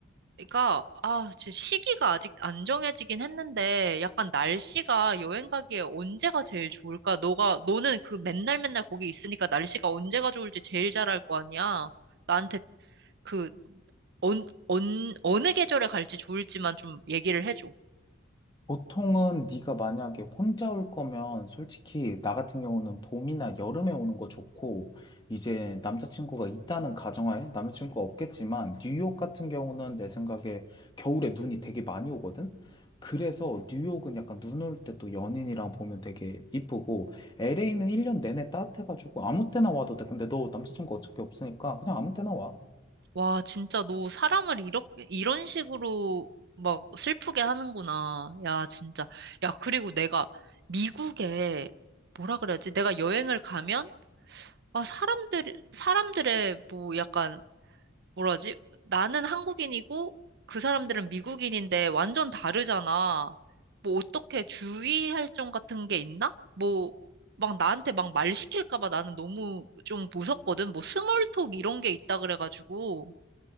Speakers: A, on the right; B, on the left.
A: 그러니까 아, 지 시기가 아직 안 정해지긴 했는데 약간 날씨가 여행 가기에 언제가 제일 좋을까? 너가 너는 그 맨날 맨날 거기 있으니까 날씨가 언제가 좋을지 제일 잘 알 거 아니야. 나한테 그 언, 언, 어느 계절에 갈지 좋을지만 좀 얘기를 해줘.
B: 보통은 네가 만약에 혼자 올 거면 솔직히 나 같은 경우는 봄이나 여름에 오는 거 좋고 이제 남자친구가 있다는 가정하에 남자친구가 없겠지만 뉴욕 같은 경우는 내 생각에 겨울에 눈이 되게 많이 오거든. 그래서 뉴욕은 약간 눈 올 때 또 연인이랑 보면 되게 이쁘고 LA는 1년 내내 따뜻해가지고 아무 때나 와도 돼. 근데 너 남자친구 어차피 없으니까 그냥 아무 때나 와.
A: 와, 진짜 너 사람을 이렇게 이런 식으로 막 슬프게 하는구나. 야, 진짜. 야, 그리고 내가 미국에 뭐라 그래야지? 내가 여행을 가면 아, 사람들, 사람들의 뭐 약간, 뭐라지? 나는 한국인이고 그 사람들은 미국인인데 완전 다르잖아. 뭐 어떻게 주의할 점 같은 게 있나? 뭐, 막 나한테 막 말 시킬까 봐 나는 너무 좀 무섭거든. 뭐 스몰톡 이런 게 있다 그래가지고,